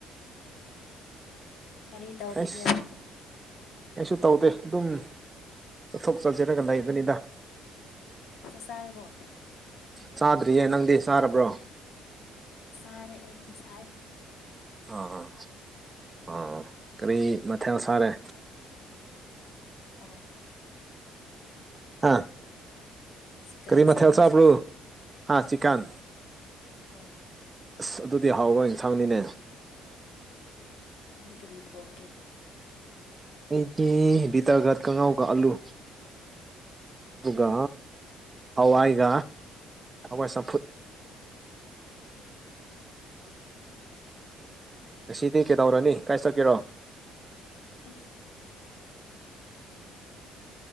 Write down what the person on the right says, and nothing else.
ꯑꯩꯁ ꯀꯩꯁꯨ ꯇꯧꯗꯦ ꯑꯗꯨꯝ ꯆꯠꯊꯣꯛ ꯆꯠꯁꯤꯟꯂꯒ ꯂꯩꯕꯅꯤꯗ
ꯆꯥꯗ꯭ꯔꯤꯌꯦ ꯅꯪꯗꯤ ꯆꯥꯔꯕ꯭ꯔꯣ
ꯑꯥ ꯑꯥ ꯑꯥ ꯀꯔꯤ ꯃꯊꯦ ꯁꯥꯔꯦ
ꯍꯥ
ꯀꯔꯤꯃꯦꯜꯁ
ꯍꯥ꯭ꯂ ꯍꯥ ꯆꯀꯟ
ꯑꯁ ꯑꯗꯨꯗꯤ ꯍꯥꯎꯕ ꯑꯦꯟꯁꯥꯡꯅꯤꯅꯦ
ꯑꯩꯗꯤ ꯕꯤꯇꯔꯒꯥꯠ ꯀꯉꯥꯎꯒ ꯑꯜꯂꯨ ꯑꯗꯨꯒ ꯍꯋꯥꯏꯒ ꯍꯋꯥꯏ ꯆꯝꯐꯨꯠ
ꯑꯁꯤꯗꯤ ꯀꯩꯗꯧꯔꯅꯤ ꯀꯥꯏ ꯆꯛꯀꯦꯔꯣ